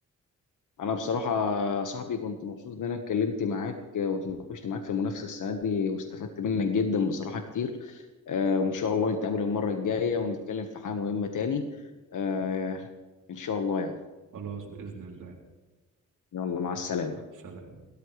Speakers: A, on the left; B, on the right.
A: انا بصراحه يا صاحبي كنت مبسوط ان انا اتكلمت معاك آه، واتناقشت معاك في المنافسه السنه دي واستفدت منك جدا بصراحه كتير آه، وان شاء الله نتقابل المره الجايه ونتكلم في حاجه مهمه تاني آه، ان شاء الله يعني
B: خلاص باذن الله
A: يلا مع السلامه
B: سلام